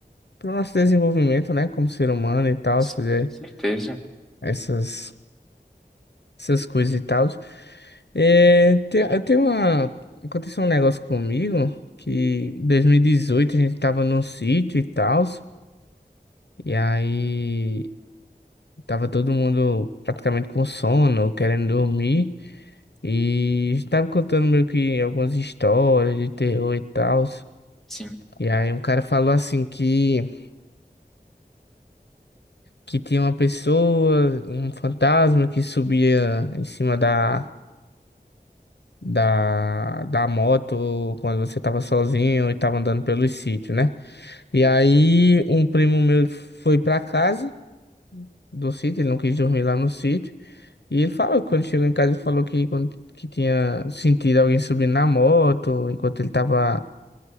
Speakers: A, on the left (about 80°); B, in the centre.
A: para nosso desenvolvimento, né, como ser humano e tal,
B: Sim,
A: fazer
B: certeza.
A: essas. essas coisas e tal. É, tem, eu tenho uma. Aconteceu um negócio comigo que em 2018 a gente tava num sítio e tal. E aí tava todo mundo praticamente com sono, querendo dormir. E estava contando meio que algumas histórias de terror e tal.
B: Sim,
A: E aí um cara falou assim que, que tinha uma pessoa, um fantasma que subia em cima da da, da moto quando você tava sozinho e tava andando pelos sítios, né? E aí um primo meu foi pra casa do sítio, ele não quis dormir lá no sítio. E ele falou que quando chegou em casa, ele falou que, quando, que tinha sentido alguém subindo na moto, enquanto ele tava.